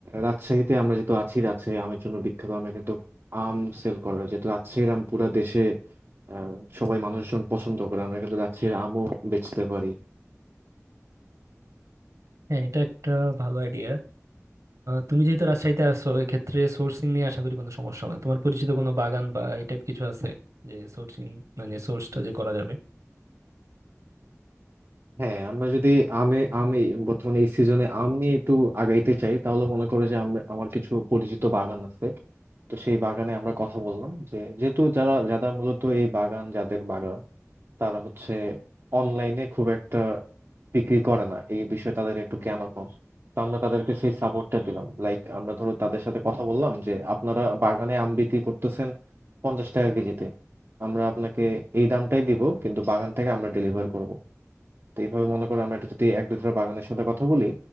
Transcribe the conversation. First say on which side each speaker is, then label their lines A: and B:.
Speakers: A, on the right; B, on the right.
A: রাজশাহীতে আমরা যেহেতু আছি রাজশাহী আমের জন্য বিখ্যাত আমরা কিন্তু আম সেল করা হয়। যেহেতু রাজশাহীর আম পুরা দেশে আহ, সবাই মানুষজন পছন্দ করে আমরা কিন্তু রাজশাহীর আমও বেচতে পারি
B: হ্যাঁ এটা একটা ভালো আইডিয়া তুমি যেহেতু রাজশাহীতে আসো এক্ষেত্রে সোর্সিং নিয়ে আশা করি কোনো সমস্যা হবে না তোমার পরিচিত কোনো বাগান বা এই টাইপ কিছু আছে যে সোর্সিং মানে সোর্সটা যে করা যাবে
A: হ্যাঁ আমরা যদি আমে আমি বর্তমানে এই সিজনে আম নিয়ে একটু আগাইতে চাই তাহলে মনে করো যে আমরা আমার কিছু পরিচিত বাগান আছে তো সেই বাগানে আমরা কথা বললাম যে যেহেতু যারা যারা মূলত এই বাগান যাদের বাগান তারা হচ্ছে অনলাইনে খুব একটা বিক্রি করে না এই বিষয়ে তাদের একটু জ্ঞান কম তো আমরা তাদেরকে সেই সাপোর্টটা দিলাম লাইক আমরা ধরো তাদের সাথে কথা বললাম যে আপনারা বাগানে আম বিক্রি করতেছেন পঞ্চাশ টাকা কেজিতে আমরা আপনাকে এই দামটাই দিব কিন্তু বাগান থেকে আমরা ডেলিভার করব তো এইভাবে মনে করো আমরা এটা যদি এক দুটো বাগানের সাথে কথা বলি